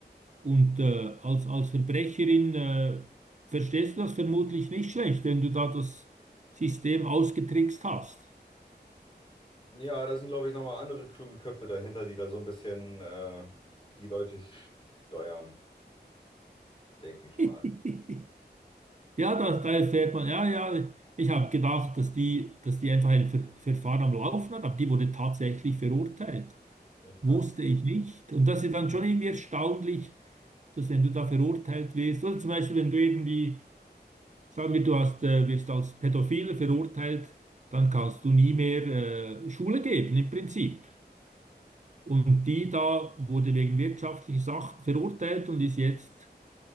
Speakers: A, on the right; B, on the left.
A: Und äh, als, als Verbrecherin äh, verstehst du das vermutlich nicht schlecht, wenn du da das System ausgetrickst hast.
B: Ja, da sind, glaube ich, nochmal andere kluge Köpfe dahinter, die da so ein bisschen äh, die Leute steuern, denke ich mal.
A: <laughs> Ja, da, da erfährt man, ja, ja, ich habe gedacht, dass die, dass die einfach ein Ver Verfahren am Laufen hat, aber die wurde tatsächlich verurteilt.
B: Ja, krass.
A: Wusste ich nicht. Und das ist dann schon irgendwie erstaunlich, dass wenn du da verurteilt wirst, oder zum Beispiel, wenn du irgendwie, sagen wir, du hast, äh, wirst als Pädophile verurteilt, dann kannst du nie mehr äh, Schule geben, im Prinzip. Und die da wurde wegen wirtschaftlicher Sachen verurteilt und ist jetzt